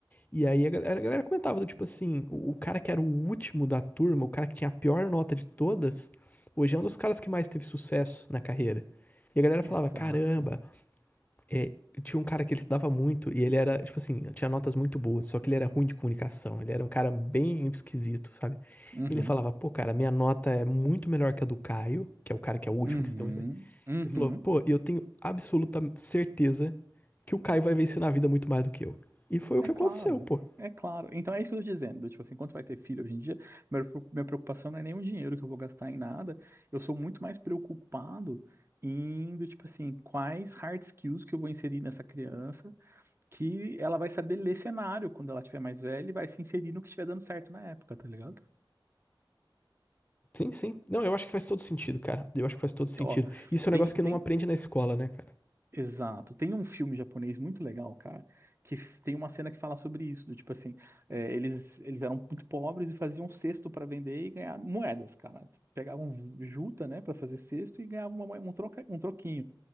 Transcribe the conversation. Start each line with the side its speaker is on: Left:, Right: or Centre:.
Left: E aí a galera, a galera comentava do tipo assim, o, o cara que era o último da turma, o cara que tinha a pior nota de todas, hoje é um dos caras que mais teve sucesso na carreira. E a galera
Right: Exato.
Left: falava, caramba, é, tinha um cara que ele estudava muito e ele era, tipo assim, tinha notas muito boas, só que ele era ruim de comunicação, ele era um cara bem esquisito, sabe?
Right: Uhum.
Left: Ele falava, pô, cara, minha nota é muito melhor que a do Caio, que é o cara que é o último
Right: Uhum,
Left: que se deu muito bem.
Right: uhum.
Left: Ele falou, pô, eu tenho absoluta certeza que o Caio vai vencer na vida muito mais do que eu. E foi o
Right: É
Left: que
Right: claro,
Left: aconteceu, pô.
Right: é claro. Então é isso que eu tô dizendo. Tipo assim, quando vai ter filho hoje em dia, minha preo- minha preocupação não é nem o dinheiro que eu vou gastar em nada. Eu sou muito mais preocupado em, do tipo assim, quais hard skills que eu vou inserir nessa criança, que ela vai saber ler cenário quando ela tiver mais velha e vai se inserir no que estiver dando certo na época, tá ligado?
Left: Sim, sim. Não, eu acho que faz todo sentido, cara. Eu acho que faz todo sentido.
Right: Ó,
Left: Isso é
Right: tem,
Left: um negócio que
Right: tem,
Left: não aprende na escola, né, cara?
Right: Exato. Tem um filme japonês muito legal, cara, que f- tem uma cena que fala sobre isso, do tipo assim, é, eles, eles eram muito pobres e faziam cesto pra vender e ganhar moedas, cara. Pegavam v- juta, né, Pra fazer cesto e ganhavam uma moe- um troca, um troquinho.